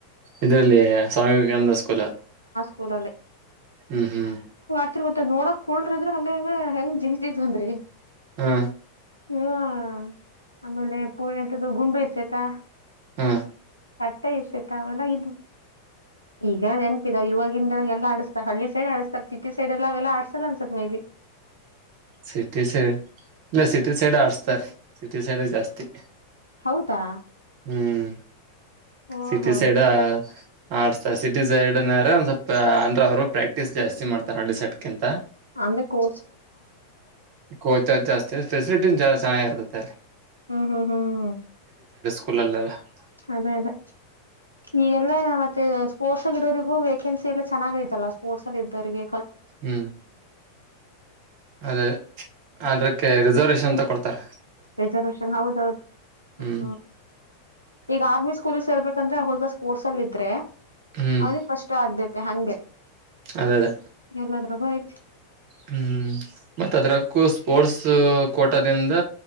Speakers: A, on the right (about 45°); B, on the right (about 90°).
A: ಇದರಲ್ಲಿ ಸ್ವಾಮಿ ವಿವೇಕಾನಂದಸ್ ಕಲ
B: ಹೂದಲ್ಲ
A: ಹ್ಮ್ ಹ್ಮ್
B: ಮತ್ತತ್ ನೋಡಾಕ್ ಕುಲ್ರ್ರ ಇದ್ರ ಹಂಗ ಹಂಗ ಹೆಂಗ ಜಿತಿದ್ವನ್ರಿ
A: ಹಾ
B: ಹ್ಮ ಹ ಆಮೇಲೆ ಪೂ ಎಂತದ್ದು ಗುಂಡು ಎಷ್ಟೈತಾ
A: ಹಾ
B: ತಟ್ಟ ಎಸತ ಅವೆಲ್ಲ ಇದು ಈ ಏನ್ ನೆನಪಿದಾ ಇವಾಗಿ <inaudible> ಹ ಆಸತ ಹಳ್ಳಿ ಸೈಡ್ ಆಡಸಸ್ತತಿ ಸೈಡ್ ಎಲ್ಲ ಅವೆಲ್ಲ ಆಡ್ಸಲ್ಲ ಅನ್ಸತ್ ಮೇಲಿ
A: ಸಿಟಿ ಸೈಡ್ ಇಲ್ಲ ಸಿಟಿ ಸೈಡ್ ಆಡ್ಸ್ತಾರೆ ಸಿಟಿ ಸೈಡ್ ಜಾಸ್ತಿ ಹ
B: ಹೌದಾ
A: ಹ್ಮ್
B: ಓಹೋ
A: ಸಿಟಿ ಸೈಡ್ ಆಡ್ಸ್ತ ಸಿಟಿ ಎರಡ ಒಂದ್ ಸ್ವಪ ಅಂದ್ರೆ ಅವ್ರು ಪ್ರಾಕ್ಟೀಸ್ ಜಾಸ್ತಿ ಮಾಡ್ತಾರೆ ಹಳ್ಳ ಸೈಡ್ಕಿಂತ
B: ಅಂದ್ರ ಕೋ
A: ಕಚಚ್ಸ್ತೆ ಸಿಲಿಟಿ ಚ ಯತ <unintelligible> ಇತ <inaudible>
B: ಹ್ಮ್ ಹ್ಮ್ ಹ್ಮ್ ಹ್ಮ್
A: ಅ
B: ಅದೇ ಅದೇ ಈಗೆಲ್ಲ ಮತ್ತೆ ಸ್ಪೋರ್ಟ್ಸ್ಗ ಇರೋರಿಗೂ ವೇಕೆನ್ಸಿ ಎಲ್ಲ ಚೆನ್ನಾಗ ಐತಲ್ಲ ಸ್ಪೋರ್ಟ್ಸ್ ಅಲ್ಲಿ ಇದ್ದೋರಿಗೆ
A: ಹ್ಮ್ ಅದೇ ಅದ್ರಕ್ಕೆ ರಿಸರ್ವೇಶನ್ ಅಂತ ಕೊಡ್ತಾರ
B: ರೆಸೆರ್ವಶನ್ ಹೌದ ಹೌದ ಹ
A: ಹ್ಮ್
B: ಈಗ ಆರ್ಮಿ ಸ್ಕೂಲ್ ಗೆ ಸೇರಸ. ಬೇಕಂದ್ರೆ ಹುಡುಗ ಸ್ಪೋರ್ಟ್ಸ್ ಅಲ್ಲಿ ಇದ್ರೆ.
A: ಹ್ಮ್
B: ಅವನಿಗೆ ಫಸ್ಟ್ ಆದ್ಯತೆ ಹಂಗೆ
A: ಅದೇ ಅದೇ
B: ಎಲ್ಲಾದ್ರಗ ಆಯ್ತ
A: ಹ್ಮ್ ಮತ್ ಅದ್ರಕ್ಕೂ ಸ್ಪೋರ್ಟ್ಸ್ ಕೋಟದಿಂದ